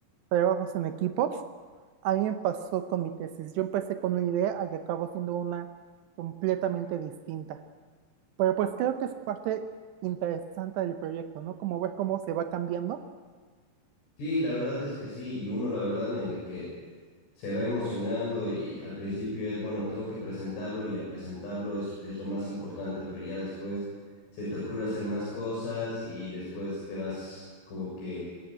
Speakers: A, on the right; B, on the left.
A: trabajos en equipos. A mí me pasó con mi tesis. Yo empecé con una idea y acabó siendo una completamente distinta. Pero pues creo que es parte interesante del proyecto, ¿no? Como ver cómo se va cambiando
B: Sí, la verdad es que sí, y uno la verdad medio que se va emocionando y al principio es, bueno, tengo que presentarlo y a presentarlo es, es lo más importante, pero ya después se te ocurre hacer más cosas y después te vas como que